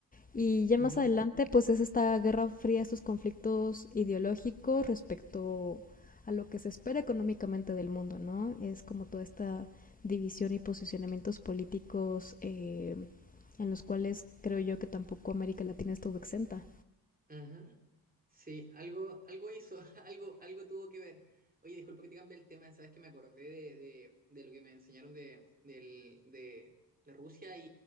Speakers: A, on the left; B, on the right.
A: Y ya
B: Ujú,
A: más adelante, pues es esta guerra fría, estos conflictos ideológicos respecto a lo que se espera económicamente del mundo, ¿no? Es como toda esta división y posicionamientos políticos eh, en los cuales creo yo que tampoco América Latina estuvo exenta.
B: ajá. Sí, algo, algo hizo, <laughs> algo, algo tuvo que ver. Oye, disculpa que te cambie el tema, sabes que me acordé de, de- de lo que me enseñaron de, del- de- de Rusia y,